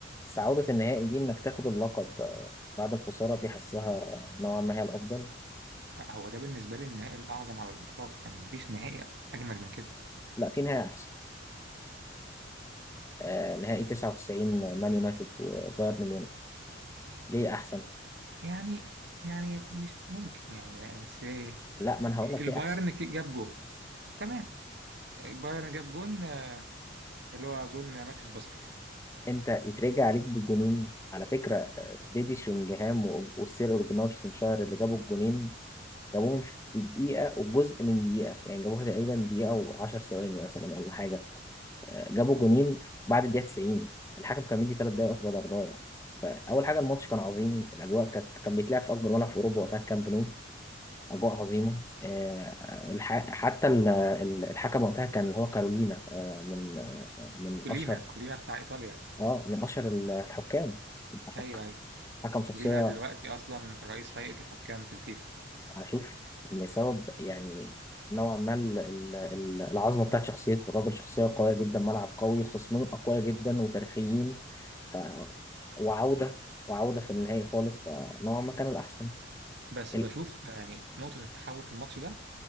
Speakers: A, on the left; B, on the right.
A: بس عودة النهائي دي انك تاخد اللقب آه، بعد الخسارة دي حسها نوعا ما هي الافضل
B: هو ده بالنسبه لي النهائي الاعظم على الاطلاق يعني مفيش نهائي اجمل من كده
A: لا في نهائي احسن آه، نهائي 99 مان يونايتد وبايرن ميونخ ليه احسن
B: يعني يعني مش ممكن يعني بس إيه،
A: لا ما انا هقول لك
B: البايرن
A: ليه احسن
B: جاب جون تمام البايرن جاب جون آه، اللي هو جون ماتيوس باستر
A: انت يترجع عليك بالجونين على فكرة آه، ديدي شرينجهام و- والسير أوليجنار سولشاير اللي جابوا الجونين جابوهم في دقيقة وجزء من دقيقة يعني جابوها تقريبا دقيقة وعشر ثواني مثلا ولا حاجة آه، جابوا جونين بعد الدقيقة 90 الحكم كان مدي ثلاث دقايق وقت بدل ضايع فأول حاجة الماتش كان عظيم الأجواء كانت كان بيتلعب في أكبر ملعب في أوروبا وقتها الكامب نو أجواء عظيمة آه، الح... حتى ال- ال- الحكم وقتها كان اللي هو كارولينا آه، من آه، من
B: كولينا
A: أشهر
B: كولينا بتاع إيطاليا
A: آه من أشهر الحكام حك-
B: أيوه أيوه
A: حكم شخصية
B: كولينا دلوقتي أصلا رئيس هيئة الحكام في الفيفا
A: اشوف لسبب يعني نوعا ما ال- ال- ال- العظمه بتاعت شخصيته الراجل شخصيه قويه جدا ملعب قوي خصمين اقوياء جدا وتاريخيين ف وعوده وعوده في النهائي خالص فنوعا ما كان الاحسن
B: بس
A: ال-
B: بشوف آه، يعني نقطة التحول في الماتش ده